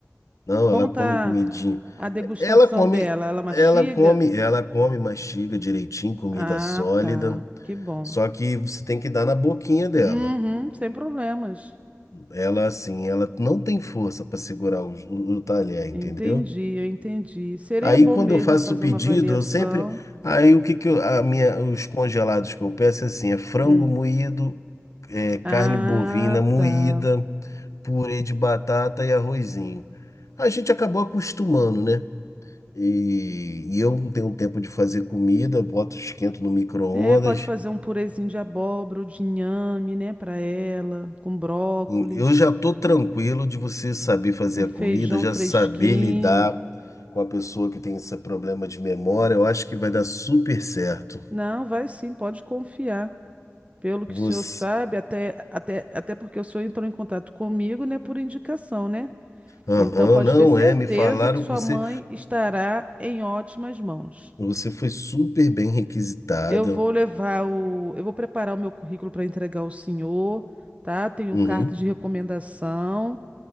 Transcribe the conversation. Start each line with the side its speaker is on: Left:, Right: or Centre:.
Left: Não,
Right: Como
Left: ela
Right: tá
Left: come comidinho.
Right: a degustação
Left: É, Ela come,
Right: dela? Ela mastiga?
Left: ela come, ela come, mastiga direitinho, comida
Right: Ah,
Left: sólida.
Right: tá. Que bom.
Left: Só que você tem que dar na boquinha dela.
Right: Uhum, sem problemas.
Left: Ela, assim, ela não tem força para segurar o, o, o talher, entendeu?
Right: Entendi, eu entendi. Seria
Left: Aí,
Right: bom
Left: quando
Right: mesmo
Left: eu faço
Right: fazer
Left: o pedido,
Right: uma avaliação.
Left: eu sempre. Aí, o que que eu, a minha, os congelados que eu peço é assim: é frango
Right: Hum.
Left: moído, é, carne
Right: Ah,
Left: bovina moída,
Right: tá.
Left: purê de batata e arrozinho. A gente acabou acostumando, né? E, e eu não tenho tempo de fazer comida, eu boto, esquento no micro-ondas.
Right: É, pode fazer um purezinho de abóbora ou de inhame, né, para ela, com brócolis,
Left: Hum, Eu já tô tranquilo de você saber fazer
Right: um feijão
Left: a comida, já
Right: fresquinho.
Left: saber lidar com a pessoa que tem esse problema de memória. Eu acho que vai dar super certo.
Right: Não, vai sim, pode confiar. Pelo que
Left: Você,
Right: o senhor sabe, até, até, até porque o senhor entrou em contato comigo, né, por indicação, né?
Left: aham,
Right: Então pode
Left: não
Right: ter certeza
Left: é? Me falaram
Right: que sua
Left: que você,
Right: mãe estará em ótimas mãos.
Left: você foi super bem requisitada.
Right: Eu vou levar o, eu vou preparar o meu currículo para entregar ao senhor, tá? Tenho
Left: Uhum,
Right: carta de recomendação.